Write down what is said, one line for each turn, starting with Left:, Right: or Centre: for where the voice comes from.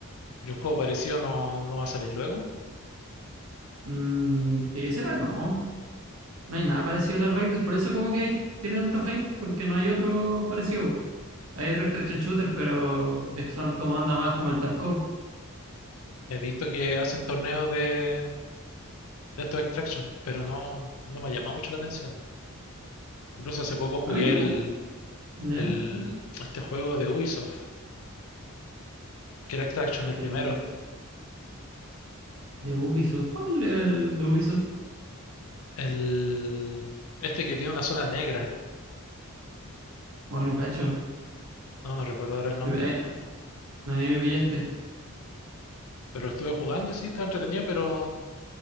Left: Y un juego parecido no, no va a salir luego.
Right: Mm, que yo sepa, no. No hay nada parecido a las Raiders. Por eso como que hay, tiene tanto hype, porque no hay otro parecido. Hay otro extraction shooter, pero son como anda más como el Tarkov.
Left: He visto que hacen torneos de, de estos Extraction, pero no, no me ha llamado mucho la atención. Incluso hace poco jugué
Right: A mí no me
Left: el,
Right: gusta. ¿Ya?
Left: el,
Right: ¿Ya?
Left: este juego de Ubisoft, que era Extraction el
Right: El
Left: primero,
Right: de Ubisoft. ¿Cuál era el de Ubisoft?
Left: El, este que tiene una zona negra.
Right: Ay, no cacho.
Left: No, no recuerdo ahora el nombre.
Right: A a mí me pillaste.
Left: Pero lo estuve jugando y sí, estaba entretenido, pero